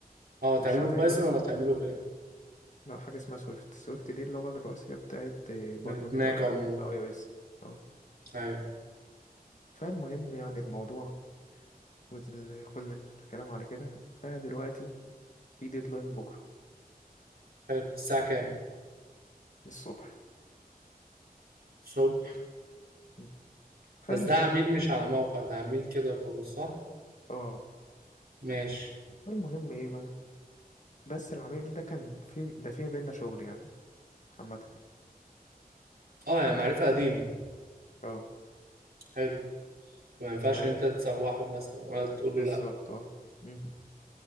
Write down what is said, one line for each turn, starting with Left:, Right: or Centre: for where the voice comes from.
Right: اه تعمله
Left: مش هتعده
Right: ببايثون
Left: كده
Right: ولا تعمله بايه
Left: لا حاجه اسمها سويفت سويفت دي اللغه الرئيسيه بتاعت برمجه
Right: من الماك
Left: الاي
Right: عموما
Left: او اس اه
Right: ايوه
Left: فالمهم يعني الموضوع وكل كل الكلام على كده فدلوقتي في ديدلاين بكره
Right: حلو الساعه كام
Left: الصبح
Right: الصبح
Left: م. فالمهم
Right: بس ده عميل مش على موقع ده عميل كده وخلاص صح
Left: اه
Right: ماشي
Left: المهم ايه بقى بس العميل ده كان في ده في بينا شغل يعني عامة
Right: اه يعني معرفة قديمة
Left: اه
Right: حلو ما ينفعش
Left: ف
Right: انت تسوحه مثلا ولا تقول له
Left: بالظبط
Right: لا
Left: اه مم.